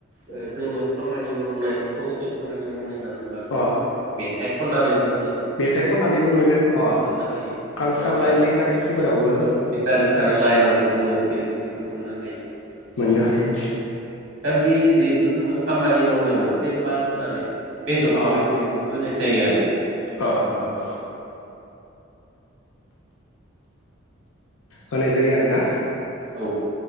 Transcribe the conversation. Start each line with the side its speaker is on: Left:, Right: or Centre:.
Right: ओ जोङो खामानि मावनाय ससेल खामानि मावनाय ना बा जोङो
Left: अ
Right: मेत ए खननानैबो जो
Left: मेथाइ खननानैबो मोनो अ
Right: मोननो हायो
Left: कालसार
Right: नङा होमबा
Left: लाइन लिटारेसिफोरावबो
Right: औ लिटारेसार लाइनावबो जोङो पिएडसडिखौ मोननो हायो
Left: मोननो
Right: औ
Left: हायो
Right: दा बे जि बेखौ जोङो खामानि मावनो मोनसे मान होनानै बे डक्टरेट
Left: अ
Right: बिमुंखौ होनाय जायो आरो
Left: अ अ अ होनाय जायो आरोना।
Right: औ।